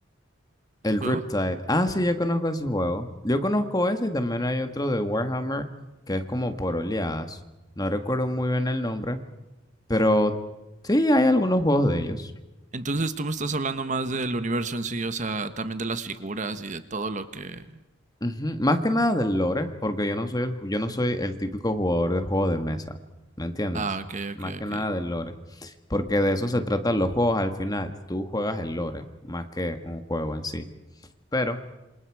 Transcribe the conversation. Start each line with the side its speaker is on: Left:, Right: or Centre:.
Left: el
Right: el juego.
Left: Riptide. Ah, sí, yo conozco ese juego. Yo conozco ese y también hay otro de Warhammer que es como por oleadas. No recuerdo muy bien el nombre, pero sí hay algunos juegos de ellos.
Right: Entonces tú me estás hablando más del universo en sí, o sea, también de las figuras y de todo lo que...
Left: Ujú, Más que nada del lore, porque yo no soy el, ju- yo no soy el típico jugador de juego de mesa, ¿me entiendes?
Right: Ah, ok,
Left: Más
Right: ok,
Left: que
Right: ok.
Left: nada del lore, porque de eso se tratan los juegos al final, tú juegas el lore más que un juego en sí. Pero